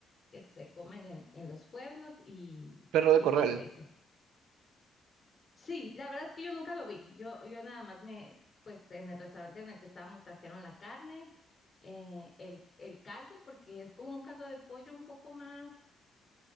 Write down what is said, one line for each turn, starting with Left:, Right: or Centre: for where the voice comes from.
Left: que se comen en, en los pueblos y,
Right: perro de
Left: y
Right: corral.
Left: pues lo hice. Sí, la verdad es que yo nunca lo vi. Yo, yo nada más me, pues en el restaurante en el que estábamos trajeron la carne, eh, el, el caldo, porque es como un caldo de pollo un poco más